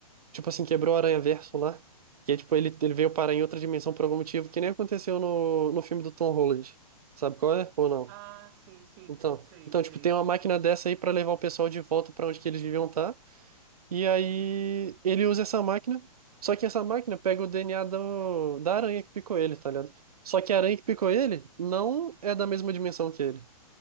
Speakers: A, on the right; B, on the right.
A: Tipo assim, quebrou o Aranha-Verso lá. Que é, tipo, ele, ele veio parar em outra dimensão por algum motivo, que nem aconteceu no, no filme do Tom Holland. Sabe qual é? Ou não?
B: Ah, sim, sim,
A: Então,
B: sim, sei,
A: então,
B: sei.
A: tipo, tem uma máquina dessa aí pra levar o pessoal de volta pra onde que eles deviam estar. E aí ele usa essa máquina, só que essa máquina pega o DNA do, da aranha que picou ele, tá ligado? Só que a aranha que picou ele não é da mesma dimensão que ele.